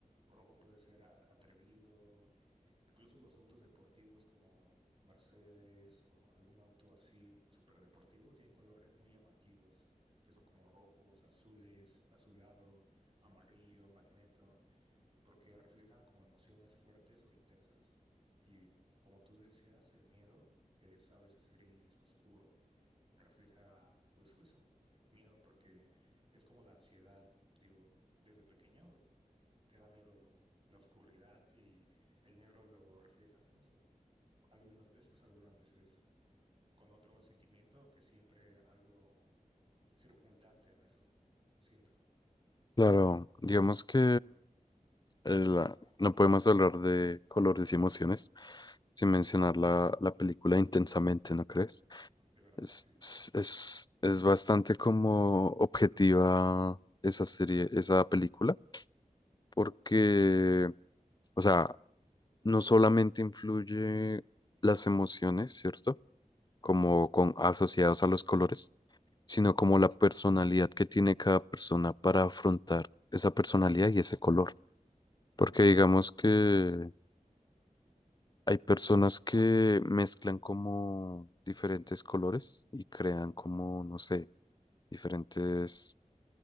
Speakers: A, on the right (about 40°); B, on the left (about 30°).
A: Rojo puede ser a- atrevido, incluso los autos deportivos como el Mercedes o algún auto así súper deportivo tienen colores muy llamativos, que son como rojos, azules, azulado, amarillo, magneto. porque reflejan como emociones fuertes o intensas. Y como tú decías, el miedo, que es a veces gris, oscuro, refleja pues eso, el miedo, porque es como la ansiedad. Digo, desde pequeño te da miedo lo, la oscuridad y el negro lo reflejas en eso. Algunas veces, algunas veces con otro sentimiento, aunque siempre algo circundante en eso. Siento,
B: Claro, digamos que eh, la- no podemos hablar de colores y emociones sin mencionar la, la película intensamente, ¿no crees?
A: de verdad,
B: Es,
A: sí, es
B: es, es,
A: verdad. sí.
B: es bastante como objetiva esa serie, esa película, porque, o sea, no solamente influye las emociones, ¿cierto? Como con asociados a los colores, sino como la personalidad que tiene cada persona para afrontar esa personalidad y ese color. Porque digamos que hay personas que mezclan como diferentes colores y crean como, no sé, diferentes